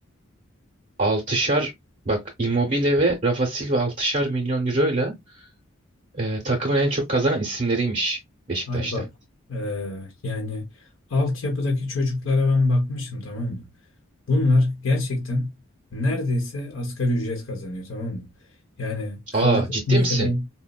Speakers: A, on the right; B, on the left.
A: Altışar bak Immobile ve Rafa Silva altışar milyon euroyla e, takımın en çok kazanan isimleriymiş Beşiktaş'ta.
B: Hayır bak e, yani altyapıdaki çocuklara ben bakmışım tamam mı? Bunlar gerçekten neredeyse asgari ücret kazanıyor tamam mı? Yani kalacak
A: Aa ciddi
B: mesela
A: misin?